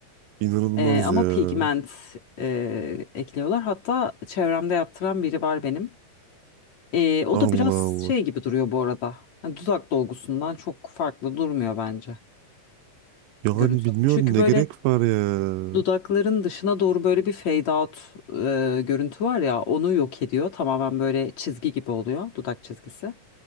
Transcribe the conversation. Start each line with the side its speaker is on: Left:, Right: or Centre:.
Right: İnanılmaz
Left: Ee, ama
Right: ya.
Left: pigment e, ekliyorlar. Hatta çevremde yaptıran biri var benim. Ee, o
Right: Allah
Left: da biraz
Right: Allah.
Left: şey gibi duruyor bu arada. Yani dudak dolgusundan çok farklı durmuyor bence
Right: Yani
Left: görüntü.
Right: bilmiyorum
Left: Çünkü
Right: ne
Left: böyle
Right: gerek var ya.
Left: dudakların dışına doğru böyle bir fade out e, görüntü var ya onu yok ediyor. Tamamen böyle çizgi gibi oluyor dudak çizgisi.